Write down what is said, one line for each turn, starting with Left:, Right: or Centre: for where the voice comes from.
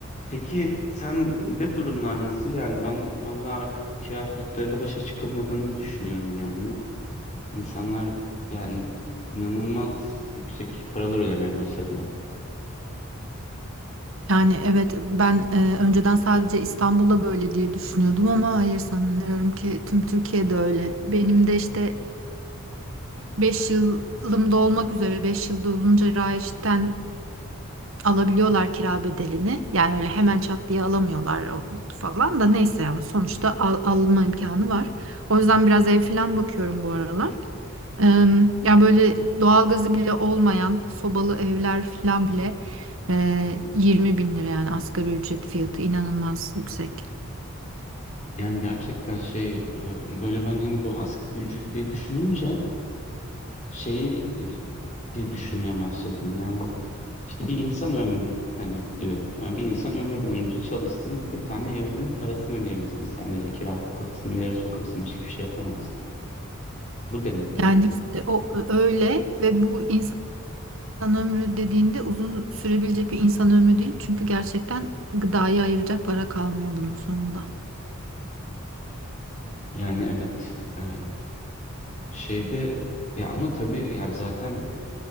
Left: Peki sende durumlar nasıl? Yani ben vallahi artık bu kira fiyatlarıyla başa çıkılmadığını düşünüyorum yani. İnsanlar yani inanılmaz yüksek paralar ödemeye başladılar.
Right: Yani evet ben e, önceden sadece İstanbul'da böyle diye düşünüyordum ama hayır sanıyorum ki tüm Türkiye'de öyle. Benim de işte beş yılım da olmak üzere 5 yılda olunca Raiş'ten alabiliyorlar kira bedelini. Yani öyle hemen çat diye alamıyorlar o- falan da neyse yani sonuçta al- alma imkanı var. O yüzden biraz ev falan bakıyorum bu aralar. Em, Yani böyle doğalgazı bile olmayan sobalı evler falan bile e, 20 bin lira yani asgari ücret fiyatı inanılmaz yüksek.
Left: Yani gerçekten şey e, böyle ben hani bu asgari ücret diye düşününce şeyi e, diye düşünmeye başladım. Yani işte bir insan ömrü hani diyor. Yani bir insan ömrü boyunca çalışsın bir tane evin parasını ödeyebilsin sadece kirasını kafasını bir yere sokabilsin başka bir şey yapamazsın. Bu demek bu
Right: Yani
Left: yani.
Right: işte o öyle ve bu insan ömrü dediğinde uzun sürebilecek bir insan ömrü değil. Çünkü gerçekten gıdayı ayıracak para kalmıyor bunun sonunda.
Left: Yani evet e, şeyde ya ama tabii yani zaten